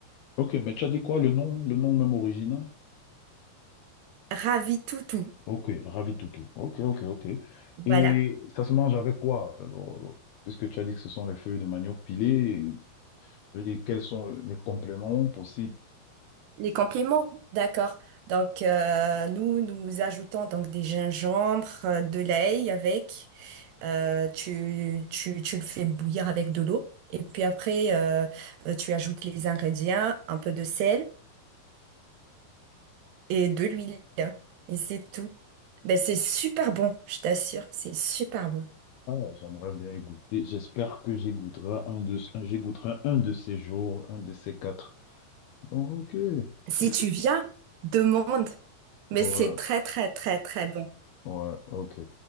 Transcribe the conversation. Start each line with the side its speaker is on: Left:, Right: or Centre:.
Left: Ok, mais tu as dit quoi, le nom, le nom même original?
Right: Ravitoutou.
Left: Ok, Ravi Toutou. Ok, ok, ok.
Right: Voilà.
Left: Et ça se mange avec quoi? alors, puisque tu as dit que ce sont les feuilles de manioc pilées, Je veux dire, quels sont les compléments possibles?
Right: Les compléments, d'accord. Donc, euh, nous, nous ajoutons donc des gingembres, euh, de l'ail avec. Euh, tu, tu, tu le fais bouillir avec de l'eau. Et puis après, euh, euh, tu ajoutes les ingrédients, un peu de sel. et de l'huile. Et c'est tout. Ben, c'est super bon, je t'assure, c'est super bon.
Left: Ah, j'aimerais bien y goûter. J'espère que j'y goûterai un de, un- j'y goûterai un de ces jours, un de ces quatre. Ok.
Right: Si
Left: c'est
Right: tu viens, demande, mais
Left: Ouais,
Right: c'est très très très très bon.
Left: ouais, ok.